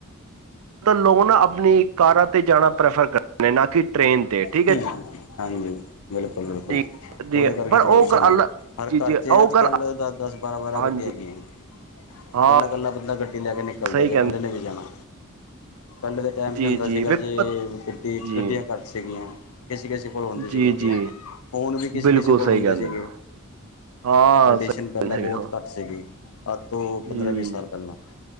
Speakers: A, on the right; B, on the left.
A: ਲੋਕ ਨਾ ਆਪਣੀ। ਕਾਰਾਂ ਤੇ ਜਾਣਾ ਪ੍ਰੈਫਰ ਕਰਦੇ ਨੇ ਨਾ ਕਿ ਟ੍ਰੇਨ ਤੇ ਠੀਕ
B: ਹੂੰ
A: ਹੈ
B: ਹਾਂਜੀ। ਬਿਲਕੁਲ, ਬਿਲਕੁਲ।
A: ਜੀ ਜੀ
B: ਓਦੇ ਕਰਕੇ
A: ਪਰ ਉਹ
B: ਪ੍ਰਦੂਸ਼ਣ
A: ਗੱਲ
B: ਐ ਹਰ
A: ਜੀ
B: ਘਰ
A: ਜੀ ਉਹ
B: ਚ ਅੱਜ
A: ਗੱਲ
B: ਕਲ ਦਸ, ਦਸ ਬਾਰਾਂ, ਬਾਰਾਂ
A: ਹਾਂਜੀ
B: ਗੱਡੀ ਹੈਗੀਆਂ।
A: ਹਾਂ
B: ਕੱਲਾ ਕੱਲਾ ਬੰਦਾ ਗੱਡੀ ਲੈ ਕੇ ਨਿਕਲਦਾ
A: ਸਹੀ
B: ਜੇ
A: ਕਹਿੰਦੇ
B: ਇਕੱਲੇ ਨੇ ਵੀ ਜਾਣਾ। ਪੈਲੇ ਦੇ ਟਾਈਮ
A: ਜੀ
B: ਚ ਹੁੰਦਾ
A: ਜੀ
B: ਸੀਗਾ
A: ਵੇਖੋ
B: ਜੇ ਗੱਡੀ
A: ਜੀ
B: ਗੱਡੀਆਂ ਘੱਟ ਸੀਗੀਆਂ। ਕਿਸੇ ਕਿਸੇ ਕੋਲ ਹੁੰਦੇ ਸੀ
A: ਜੀ
B: ਗੱਡੀਆਂ
A: ਜੀ
B: ਫੋਨ ਵੀ ਕਿਸੇ
A: ਬਿਲਕੁਲ
B: ਕਿਸੇ ਕੋਲ
A: ਸਹੀ
B: ਹੁੰਦੇ
A: ਕਹਿੰਦੇ
B: ਸੀਗੇ।
A: ਹੋ। ਹਾਂ
B: ਰਡੀਏਸ਼ਨ
A: ਸਹੀ
B: ਪੈਲਾਂ
A: ਕਹਿੰਦੇ
B: ਬੋਤ ਘੱਟ ਸੀਗੀ ਅੱਜ ਤੋਂ
A: ਹਮ
B: ਪੰਦਰਾਂ ਵੀਹ ਸਾਲ ਪੈਲਾਂ।